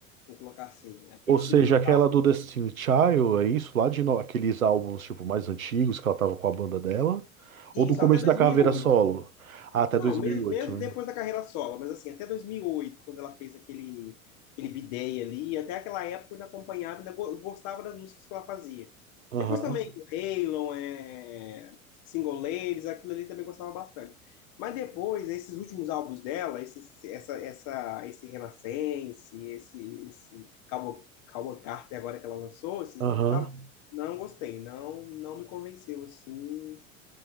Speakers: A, on the left; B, on the right.
A: vou colocar assim, aqueles
B: Ou seja,
A: primeiros
B: aquela
A: tal.
B: do Destiny Child, é isso? Lá de no- aqueles álbuns tipo mais antigos que ela tava com a banda dela?
A: Isso,
B: Ou do começo
A: até 2008.
B: da carreira solo? Ah, até
A: Não,
B: 2008,
A: mesmo, mesmo
B: né?
A: depois da carreira solo, mas assim, até 2008 quando ela fez aquele, aquele bidei ali, até aquela época eu ainda acompanhava, ainda go- gostava das músicas que ela fazia.
B: Aham.
A: Depois também com Halon, é, Single Ladies, aquilo ali também gostava bastante. Mas depois, esses últimos álbuns dela, esse, essa, essa, esse Renascense, esse, esse Cowboy, Cowboy Carter agora que ela lançou, esses
B: Aham.
A: últimos álbuns, não gostei, não, não me convenceu assim.